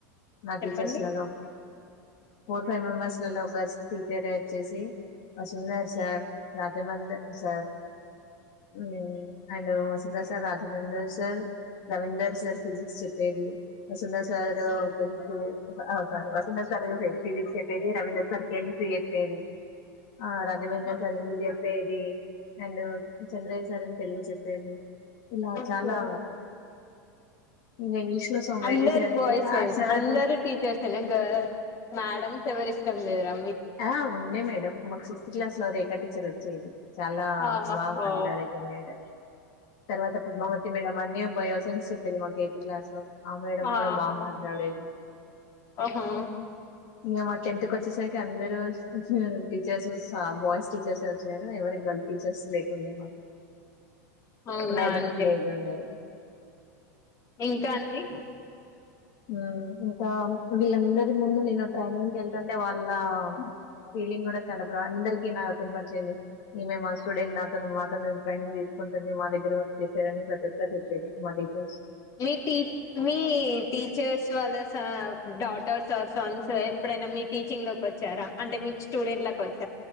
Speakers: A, on the left; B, on the left.
A: నా టీచర్స్లలో
B: చెప్పండి
A: ఫోర్ ఫైవ్ మెంబర్స్ లలో ఒక టీచర్ చ్చేసి Sundar sir రాజమంది sir um and Vasudha sir sir Raghavender sir Ravinder sir physics చెప్పేది వసుంధ సార్ ఎ స వసుంధ సార్ ఫిజిక్స్ చెప్పేది రవీంద్ర సార్ కెమిస్ ట్రై చెప్పేది ఆ రాఘవేంద్ర సార్ ఇందు చెప్పేది అండ్ చంద్రయ్య సార్ అని తెలుగు చెప్ పెదు ఇలా
B: ఓకే
A: చాలా ఇంకా ఇంగ్లీష్ లో సోమిరెడ్డి
B: అందరు
A: సార్ అండి
B: బాయ్స్
A: ఆ సార్
B: అందరు
A: దగ్గ-
B: టీచర్స్ గర్ల్స్ మ్యాడమ్స్ ఎవరు ఇష్టం లేరా
A: ఆ ఉండే మేడంమ్ మాకు సిక్స్త్ క్లాస్ లో రేకా టీచర్ వచ్చేది చాలా
B: ఆహో
A: బాగా మాట్లాడేది మేడం తర్వాత పద్మావతి మేడం అన్ని బయోసైన్స్ చెప్పేది మాకు ఎయిత్ క్లాస్ లో ఆ మేడం
B: ఆహో
A: కూడా బాగా మాట్లాడేది
B: ఓహో
A: ఇంగా మా టెన్త్ కోచ్చేసరికి కందారు టీచర్స్ బాయ్స్ టీచర్స్ వచ్చారు ఎవరి గర్ల్ టీచర్స్ లేకుండే మాకు
B: అవునా
A: మెడమ్స్
B: అండి
A: లేగంలో
B: ఇంకా అండి
A: ఉమ్ ఇంకా వీళ్ళందరి ముందు నేను ట్రైనింగ్కి వెళ్తుంటే వాళ్ళు ఆ ఫీలింగ్ కూడా చాలా బ్రా అందరికి నా అత్తను పనిచేయంది ఈ మే మా స్టూడెంట్ నాతోను మాతోను ట్రైనింగ్ తీసుకుంటుంది మా దగ్గర మీరు వర్క్ చేశారని ప్రతి ఒక్కరికి <unintelligible>
B: మీ టీ మీ టీచర్స్ వాళ్ళ డాటర్స్ ఆ సన్స్ ఎప్పుడైనా మీ టీచింగ్ లోకి వచ్చారా అంటే మీకు స్టూడెంట్ లా వచ్చా